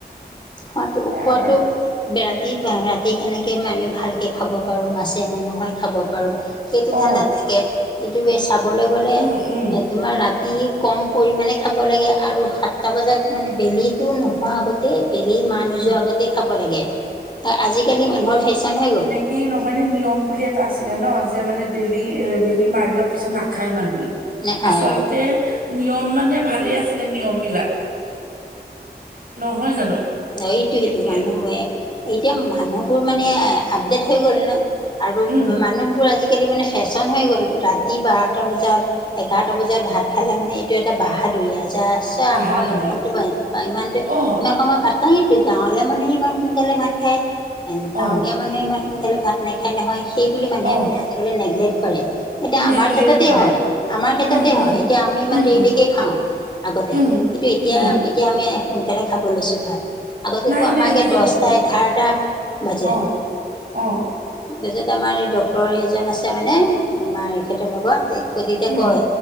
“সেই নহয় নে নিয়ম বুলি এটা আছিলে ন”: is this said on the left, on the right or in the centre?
Right